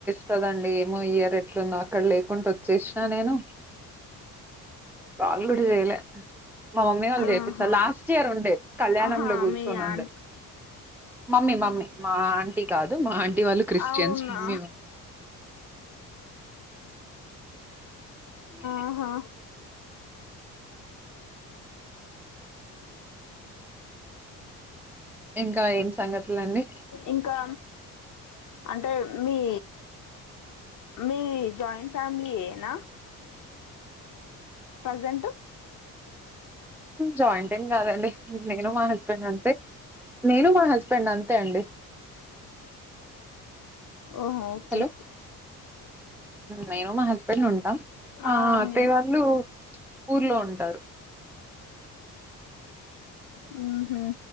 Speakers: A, in the centre; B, on the left.
A: తదండి ఏమో ఇయర్ ఎట్లుందో అక్కడ లేకుంటొచ్చేసినా నేను వాళ్ కూడ చెయ్ లే మా మమ్మీ వాళ్ళు చేపిస్తారు
B: ఆహా
A: లాస్ట్ ఇయర్ ఉండే కళ్యాణంలో
B: ఆహా
A: కూర్చోనుండే
B: మీ ఆన్
A: మమ్మీ మమ్మీ మా ఆంటీ కాదు మా ఆంటి వాళ్ళు క్రిస్టియన్స్,
B: అవునా
A: మేము. ఉ
B: ఆహా
A: ఇంకా ఏం సంగతులండి
B: ఇంకా, అంటే. మీ. మీ జాయింట్ ఫ్యామిలీయేన, ప్రజెంటు.
A: జాయింటెన్ కాదండి. నేను మా హస్బెండ్ అంతే, నేను మా హస్. తనఅంతే అండి.
B: ఓహా ఓకే.
A: హలో నేను మా హస్బెండ్ ఉంటాం, మా
B: ఆ
A: అత్తయ్య
B: మీ
A: వాళ్ళు, ఊర్లో ఉంటారు.
B: <inaudible> ఊహు.